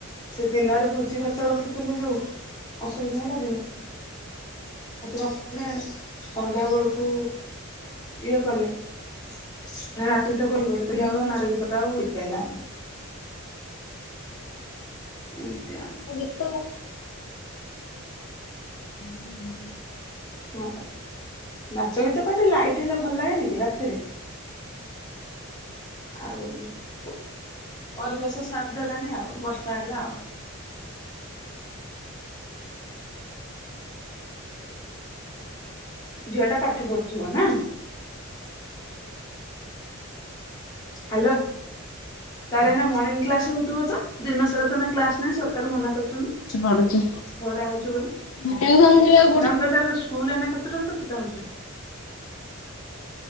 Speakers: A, on the left; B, on the left.
A: ସେ ଦିନରେ ଭୋଜି ଭାତ ରଖିଥିଲେ ଯୋଉ ଅସୁବିଧା ହେଲା ଦି ସନ୍ଧ୍ୟା ବେଳକୁ ଇଏ କଲେ ନା ନାତ ଟା କରିବ ବୋଲି କଲା
B: ଦିନରେ
A: ବେଳକୁ ନାଚ
B: ଆମର
A: ଗୀତ ଟା
B: ଏଠି
A: ଆଉ ହେଇପାରିଲାନି। ଏମତି ଆ
B: ଗୀତ ହୁଁ
A: ହଁ ନାଚ ଗୀତ ପାଇଁ ଟିକେ ଲାଇଟ୍ ହେଲେ ଭଲ ଲାଗେନି କି ରାତିରେ। ଆଉ ପ ପରିବେଶ ସାଥ୍ ଦେଲାନି ଆଉ ବର୍ଷା ହେଲା ଆଉ। ଝିଅ ଟା ପାଠ ପଢୁଥିବ ନା? ହ୍ୟାଲୋ ତାର ଏଇନା ମର୍ନିଙ୍ଗ କ୍ଲାସ ହୋଉଥିବ ତ ଦିନ ସାରା ତ ନା କ୍ଲାସ ନାହିଁ। ସରକାର ମନା କରିଚନ୍ତି।
B: ପଡୁଛି
A: ଖରା ହେଉଚି ବୋଲି
B: ଟିଉସନ ଯିବାକୁ
A: ନାଁ ମୁଁ କହିଲି ତାର ସ୍କୁଲ ଏନା କେତେଟାରୁ କେତେଟା ହୋଉଚି?